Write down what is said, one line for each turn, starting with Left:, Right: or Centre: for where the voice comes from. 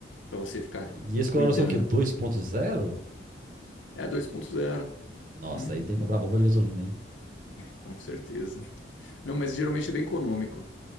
Left: Para você ficar
Right: E esse
Left: cuidando.
Right: Corolla é o quê? dois ponto zero
Left: É 2.0.
Right: Nossa,
Left: Uhum,
Right: aí tem que comprar bomba de gasolina, hein?
Left: com certeza. Não, mas geralmente é bem econômico,